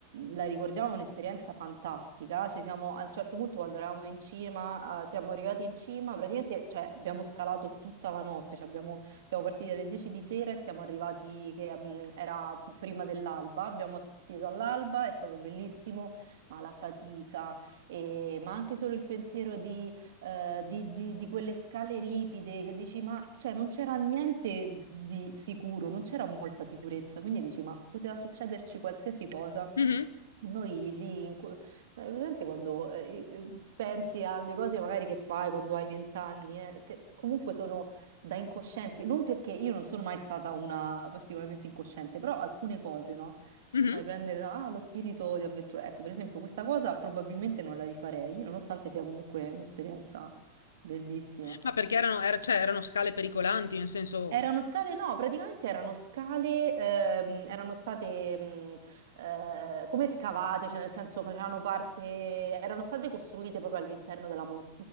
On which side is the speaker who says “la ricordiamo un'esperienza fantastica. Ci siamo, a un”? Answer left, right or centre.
Right